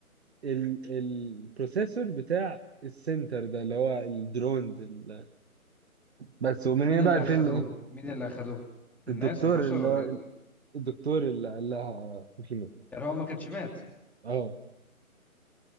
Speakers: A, on the right (about 45°); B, in the centre.
A: ال البروسيسور بتاع السنتر ده اللي هو الدرونز ال- بس ومن
B: مين
A: هنا بقى
B: اللي
A: الفيلم
B: اخدوه
A: ايه
B: مين اللي اخدوه الناس
A: الدكتور
B: البشر
A: اللي
B: ولا الد-
A: الدكتور اللي قال لها خوكي مات.
B: يعني هو ما كانش مات
A: اه